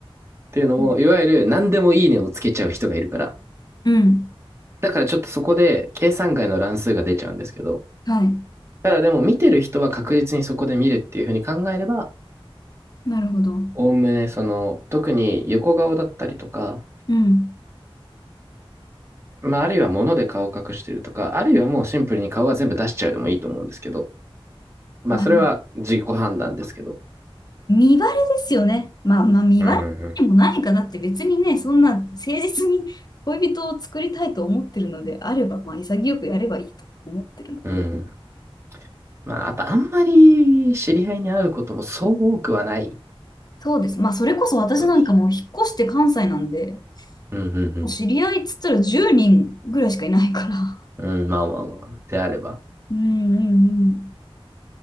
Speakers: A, on the right (about 30°); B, on the left (about 45°).
A: ていうのも、
B: うん。
A: いわゆる何でもいいねをつけちゃう人がいるから。
B: うん
A: だからちょっとそこで計算外の乱数が出ちゃうんですけど、
B: はい。
A: ただでも見てる人は確実にそこで見るっていうふうに考えれば、
B: なるほど。
A: おおむねその、特に横顔だったりとか、
B: うん。
A: まあ、あるいは物で顔を隠してるとか、あるいはもうシンプルに顔は全部出しちゃうでもいいと思うんですけど、まあ、
B: まあ、
A: それは自己判断ですけど。
B: 見バレですよね。まあまあ、見バレでもないか。
A: うんうん
B: だって別にね、そんな誠実に恋人を作りたいと思ってるのであれば、まあ潔くやればいいと思ってるので。
A: うん。うん。まあ、あとあんまり知り合いに会うこともそう多くはない。
B: そうです。まあそれこそ私なんかもう引っ越して関西なんで、
A: 正直。うんうん
B: もう知り合いっつったら10人ぐらいしかいないから。
A: うん。うん、まあまあまあ。であれば。
B: うんうん